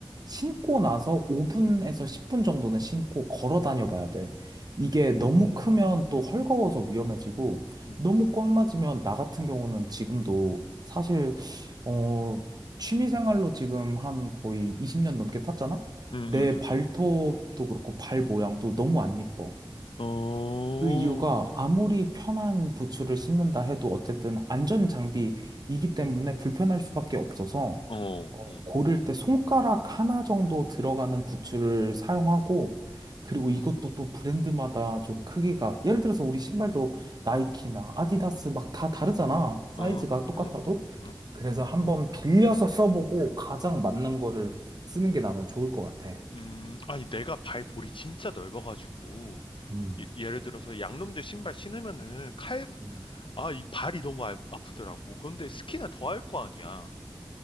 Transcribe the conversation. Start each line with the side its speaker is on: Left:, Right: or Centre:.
Right: 신고 나서 5분에서 10분 정도는 신고 걸어 다녀 봐야 돼. 이게 너무
Left: 음,
Right: 크면 또 헐거워서 위험해지고,
Left: 음,
Right: 너무 꽉 맞으면 나 같은 경우는 지금도 사실, 어, 취미 생활로 지금 한 거의 20년 넘게 탔잖아?
Left: 음,
Right: 내
Left: 음, 음.
Right: 발톱도
Left: 음.
Right: 그렇고 발 모양도 너무 안 이뻐.
Left: 어,
Right: 그 이유가 아무리 편한 부츠를 신는다 해도 어쨌든 안전 장비이기 때문에
Left: 응.
Right: 불편할 수밖에 없어서
Left: 어,
Right: 어,
Left: 어,
Right: 고를 때 손가락 하나 정도 들어가는 부츠를 사용하고 그리고 이것도
Left: 어,
Right: 또 브랜드마다 좀 크기가 예를 들어서 우리 신발도 나이키나 아디다스 막 다 다르잖아. 사이즈가
Left: 응, 응,
Right: 똑같아도.
Left: 응, 응.
Right: 그래서 한번 빌려서 써보고 가장 맞는 거를 쓰는 게 나는 좋을 것 같아.
Left: 음, 아니, 내가 발볼이 진짜 넓어가지고,
Right: 음.
Left: 예, 예를 들어서 양놈들 신발 신으면은 칼,
Right: 음.
Left: 아, 이 발이 너무 아, 아프더라고. 그런데 스키는 더할 거 아니야.